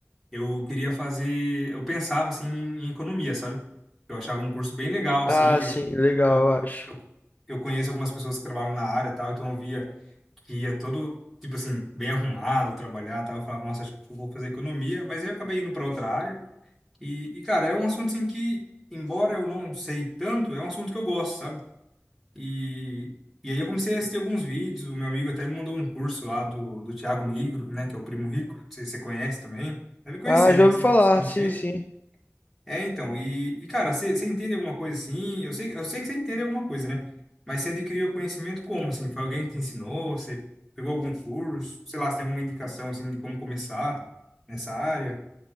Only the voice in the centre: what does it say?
eu queria fazer, eu pensava assim em economia, sabe? Eu achava um curso bem legal, assim,
eu,
eu,
eu, eu conheço algumas pessoas que trabalham na área e tal, então eu via que ia todo, tipo assim, bem arrumado, trabalhar e tal. Eu falava, nossa, acho que eu vou fazer economia. Mas aí eu acabei indo para outra área. E, e, cara, é um assunto assim que, embora eu não sei tanto, é um assunto que eu gosto, sabe? E, e aí eu comecei a assistir alguns vídeos. O meu amigo até me mandou um curso lá do, do Thiago Nigro, né? Que é o Primo Rico. Não sei se você conhece também. Deve conhecer,
né? Que
você,
você entende.
É, então, e, e, cara, você você entende alguma coisa assim? Eu sei, eu sei que você entende alguma coisa, né? Mas você adquiriu conhecimento como, assim? Foi alguém que te ensinou? Você pegou algum curso? Sei lá, você tem alguma indicação, assim, de como começar nessa área?